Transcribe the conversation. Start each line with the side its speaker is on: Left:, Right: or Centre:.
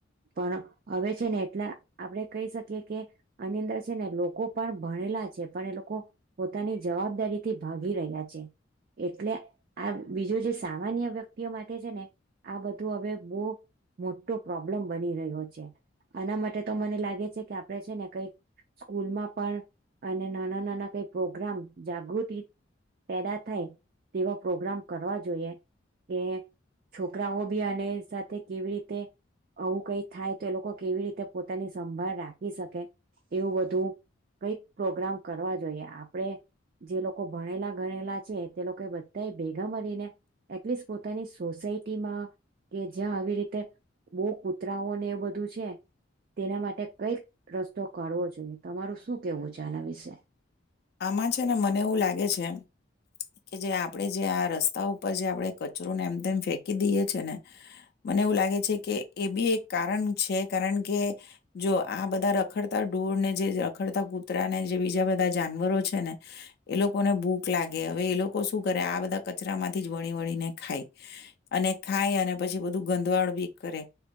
Right: પણ હવે છે ને એટલા આપડે કહી શકીએ કે આની અંદર છે ને લોકો પણ ભણેલા છે પણ એ લોકો પોતાની જવાબદારી થી ભાગી રહ્યા છે એટલે આ બીજું જે સામાન્ય વ્યક્તિઓ માટે છે ને આ બધું હવે બો મોટો પ્રોબ્લમ બની રહ્યો છે આના માટે તો મને લાગે છે કે આપણે છે ને કઈ સ્કૂલમાં પણ અને નાના નાના કઈ પ્રોગ્રામ જાગૃતિ પેદા થાય તેવા પ્રોગ્રામ કરવા જોઈએ કે છોક છોકરાઓ બી અને સાથે કેવી રીતે આવું કઈક થાય તો એ લોકો કેવી રીતે પોતાની સંભાળ રાખી શકે એવું બધું કઈક પ્રોગ્રામ કરવા જોઈએ. આપણેે જે લોકો ભણેલા ગણેલા છે તે લોકો કય ભેગા મળીને એટલીસ્ટ પોતાની સોસાયટી માં કે જ્યાં આવી રીતે બો કુતરા ઓ ને એવુ બધું છે તેના માટે કઈક રસ્તો કરવો જોઈએ. તમારું શું કેવું છે. આના વિશે
Left: આમાં છે ને મને એવું લાગે છે કે જે આપણેે જે આ રસ્તા ઉપર જે આપણે કચરોને એમ તેમ ફેકી દઈએ છે ને મને એવું લાગે છે કે એ બી એક કારણ છે કારણ કે જો આ બધા રખડતા ઢોળ ને જે રખડતા કૂતરા ને બીજા બધા જાનવરો છે ને એ લોકોને ભૂખ લાગે. હવે એ લોકો શું કરે આ બધા કચરા માંથી જ વણી વણીને ખાય અને ખાય અને પછી બધું ગંધવાળ બી કરે